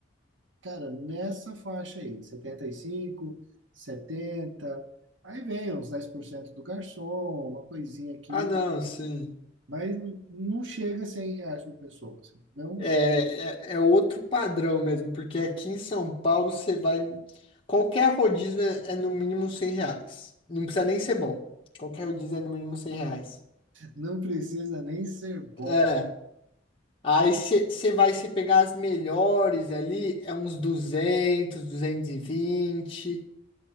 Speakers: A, on the right; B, on the left.
A: cara, nessa faixa aí, 75, 70, aí vem uns 10% do garçom, uma coisinha aqui,
B: Ah, não, sim.
A: mas não chega a 100 reais por pessoa. assim. Não,
B: É, é, é outro padrão mesmo, porque aqui em São Paulo você vai. Qualquer rodízio é, é no mínimo 100 reais. Não precisa nem ser bom. Qualquer rodízio é no mínimo 100 reais.
A: não precisa nem ser bom.
B: É. Aí você vai se pegar as melhores ali, é uns duzentos, duzentos e vinte,